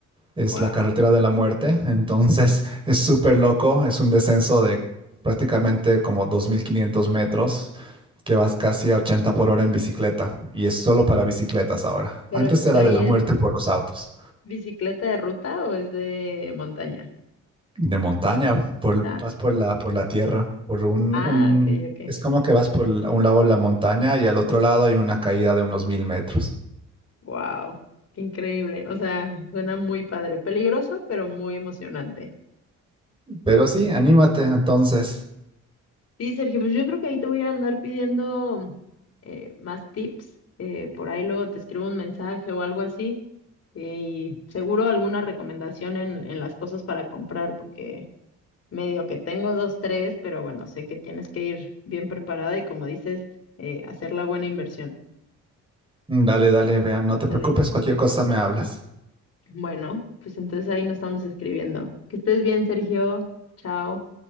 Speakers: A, on the right; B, on the left.
A: Es
B: wow.
A: la carretera de la muerte. Entonces <laughs> es súper loco. Es un descenso de prácticamente como 2.500 metros que vas casi a 80 por hora en bicicleta. Y es solo para bicicletas ahora.
B: Pero,
A: Antes era
B: pero
A: de
B: ¿y
A: la
B: es
A: muerte por los autos.
B: bicicleta de ruta o es de montaña?
A: de montaña, por,
B: Ah,
A: vas por la, por la tierra, por un,
B: ah,
A: un,
B: ok, ok.
A: es como que vas por l- a un lado la montaña y al otro lado hay una caída de unos mil metros.
B: Wow, qué increíble. O sea, suena muy padre. Peligroso, pero muy emocionante.
A: Pero sí, anímate entonces.
B: Sí, Sergio, pues yo creo que ahí te voy a andar pidiendo eh, más tips. eh, por ahí luego te escribo un mensaje o algo así. Y seguro alguna recomendación en, en las cosas para comprar, porque medio que tengo dos, tres, pero bueno, sé que tienes que ir bien preparada y como dices, eh, hacer la buena inversión.
A: Mm, Dale, dale, vean, no te
B: ¿Vale?
A: preocupes, cualquier cosa me hablas.
B: Bueno, pues entonces ahí nos estamos escribiendo. Que estés bien, Sergio. Chao.